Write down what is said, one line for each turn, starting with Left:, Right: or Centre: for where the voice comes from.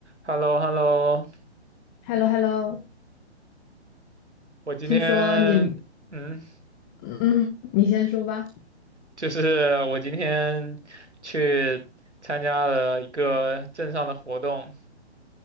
Right: h e l l o h e l l o
Left: h e l l o h e l l o
Right: 我今天，
Left: 听说你，
Right: 嗯，
Left: 嗯，你先说吧。
Right: 就是我今天去参加了一个镇上的活动，